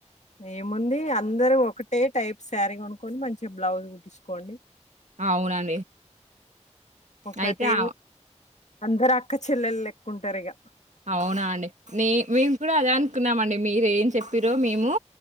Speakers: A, on the left (about 70°); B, on the right (about 75°).
A: ఏముంది అందరు ఒకటే టైప్ సారీ కొనుకోని మంచిగా బ్లౌజ్ కుట్టించుకోండి
B: అవునండి
A: ఒకటె
B: అయితే ఆహ్,
A: అందరు అక్క చెల్లె లెక్కుంటారు ఇగ
B: అవునా అండి నే మేము కూడా అదే అనుకున్నామండి మీరు ఏం చెప్పిరో మేము